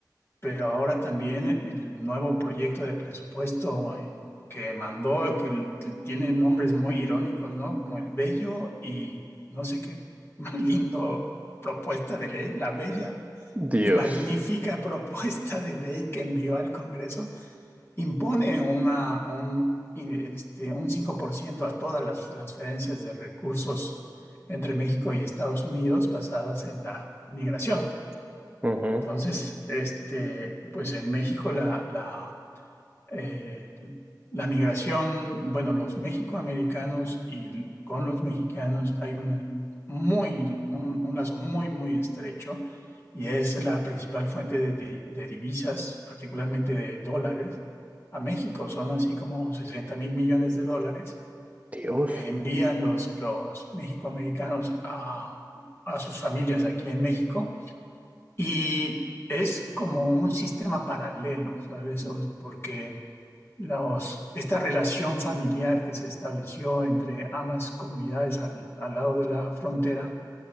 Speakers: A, on the left; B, on the right.
A: pero ahora también el nuevo proyecto de presupuesto en- que mandó, que l- tiene nombres muy irónicos, ¿no? Como el Bello y no sé qué <laughs> más lindo propuesta de ley, la Bella
B: Dios.
A: y magnífica <laughs> propuesta de ley que envió al Congreso impone una, un, este, un 5% a todas las transferencias de recursos entre México y Estados Unidos basadas en la migración.
B: Ujú.
A: Entonces, este, pues en México la, la eh, la migración, bueno, los mexicoamericanos y con los mexicanos hay una muy, un, un lazo muy, muy estrecho y es la principal fuente de, di- de divisas, particularmente de dólares. A México son así como sesenta mil millones de dólares
B: Dios.
A: que envían los, los mexicoamericanos a, a sus familias aquí en México y es como un sistema paralelo, ¿sabes? O- Porque los- esta relación familiar que se estableció entre ambas comunidades al, al lado de la frontera